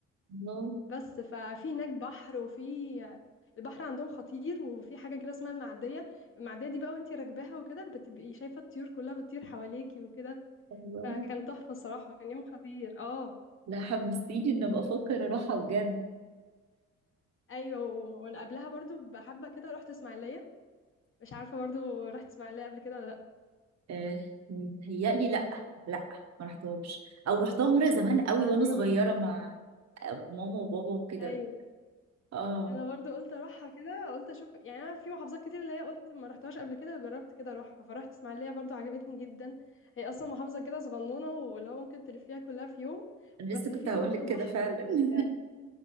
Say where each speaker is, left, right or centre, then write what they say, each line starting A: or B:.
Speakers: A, on the right; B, on the left.
A: الله
B: بس ففي هناك بحر وفي البحر عندهم خطير وفي حاجة كده اسمها المعدية المعدية دي بقى وانتي راكباها وكده بتبقي شايفة الطيور كلها بتطير حواليكي وكده
A: الله
B: فكان تحفة الصراحة كان يوم خطير اه
A: لا حمستيني ان ابقى افكر اروحها بجد
B: ايوه وانا قبلها برضو بحبة كده رحت اسماعيلية مش عارفة برضو رحت اسماعيلية قبل كده ولا لا
A: آه، متهيألي لأ لأ ما رحتهمش أو رحتها مرة زمان
B: رحت اسماعيلية
A: قوي وأنا صغيرة
B: برضو؟
A: مع آه، ماما وبابا وكده
B: ايوه
A: اه
B: انا برضو قلت اروحها كده قلت اشوف يعني انا في محافظات كتير اللي هي قلت ما رحتهاش قبل كده جربت كده اروحها فرحت اسماعيليه برضو عجبتني جدا هي اصلا محافظه كده صغنونه واللي هو ممكن تلفيها كلها في يوم
A: أنا
B: بس
A: لسه كنت
B: فيها
A: هقولك
B: برضو
A: كده
B: بحر
A: فعلا
B: وال...
A: <laughs>